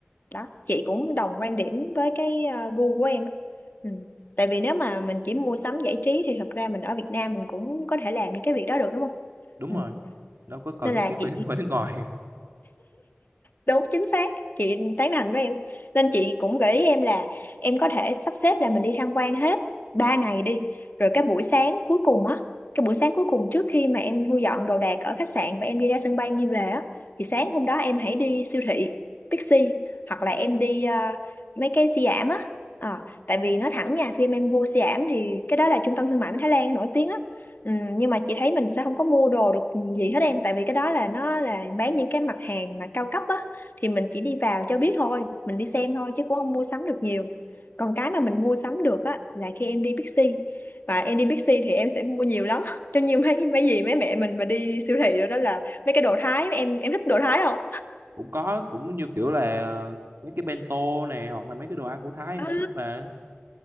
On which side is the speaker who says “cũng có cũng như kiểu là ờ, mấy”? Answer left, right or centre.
Right